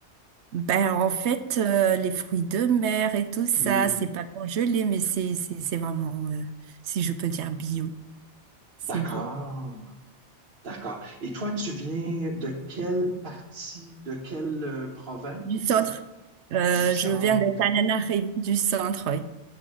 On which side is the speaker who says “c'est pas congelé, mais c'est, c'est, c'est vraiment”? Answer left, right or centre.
Right